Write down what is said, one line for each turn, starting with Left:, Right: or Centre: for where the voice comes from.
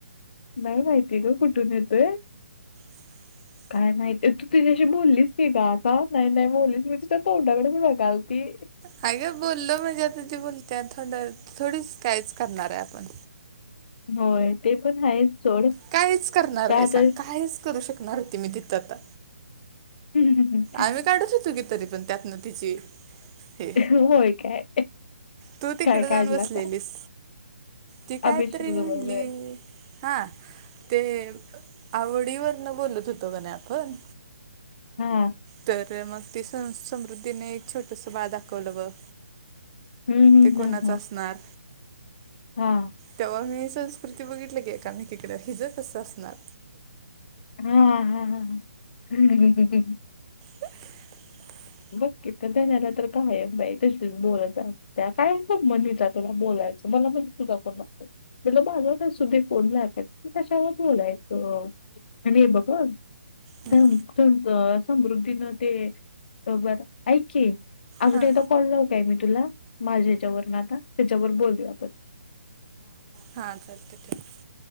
Left: नाही माहिती आहे गं कुठून येतंय.
Right: <inaudible>
Left: काय माहितीय, तू तुझ्याशी बोललीस ती का असा, नाही नाही बोललीस मी तुझ्या तोंडाकडे बघालती
Right: काय ग बोललो म्हणजे, तीत बोलत्या थंड थोडीच काहीच करणार हाय आपण.
Left: होय, ते पण हायच सोड
Right: कायच करणार
Left: का
Right: आहे सांग,
Left: तर
Right: काहीच करू शकणार होती मी तिथं आता.
Left: हम् हं हम
Right: आम्ही काढूच होेतो की, तरी पण त्यातन तिची ते,
Left: होय काय
Right: तू तिकडे
Left: काय
Right: जाऊन
Left: काढलासा
Right: बसलेलीस. ती काय
Left: अभिषेक
Right: तरी
Left: जोबळवे.
Right: आणलीय. हा, ते आवडीवरन बोलत होतो का नाही आपण.
Left: हं
Right: तर मग ती स समृद्धीने एक छोटंसं बाळ दाखवलं बघ
Left: हम्म हम्म
Right: ते कुणाचं
Left: हम्म
Right: असणार
Left: हा
Right: तेव्हा मी संस्कृती बघितली की एकामेकीकडं हिज कसं असणार.
Left: हा हा हा, ही ही ही
Right: <inaudible>
Left: बघ की तर तेला तर कायम बाई तशीच बोलत राह त्या काय खूप म्हणी जातेला बोलायचं मला म्हणली तुझा कोण लागतो. मला बाजास तर सुधीत फोन लागत, मग कशाला बोलायचं. आणि हे बकर <inaudible>
Right: हम्म,
Left: समृद्धीनं ते जरा ऐक की अजून
Right: हां
Left: एकदा कॉल लावू काय मी तुला, माझ्या ह्याच्यावरन आता, त्याच्यावर बोलूया आपण.
Right: हा चालतंय ठेव.